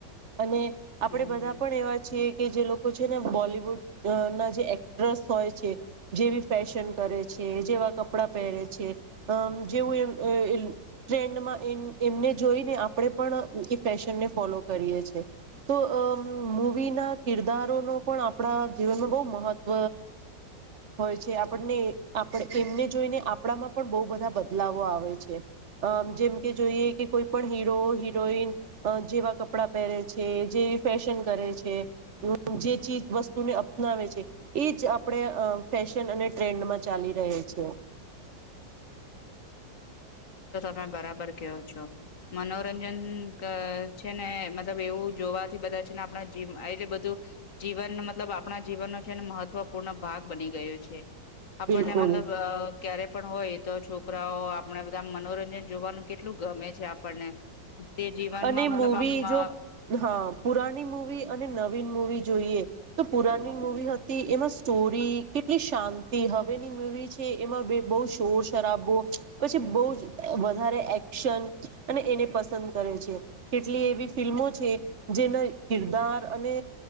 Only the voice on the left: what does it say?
હમ
હા બરાબર કેવો છો મનોરંજન કા છે ને મતલબ એવું જોવાથી બધા છે ને આપણા જીવ આ રીતે બધું જીવન માં મતલબ આપણા જીવનનો છેને મહત્વપૂર્ણ ભાગ બની ગયો છે આપણને
મતલબ આ ક્યારે પણ હોય તો છોકરાઓ આપણા બધા મનોરંજન જોવાનું કેટલું ગમે છે આપણને. તે જીવનમાં
મતલબ આમ
આ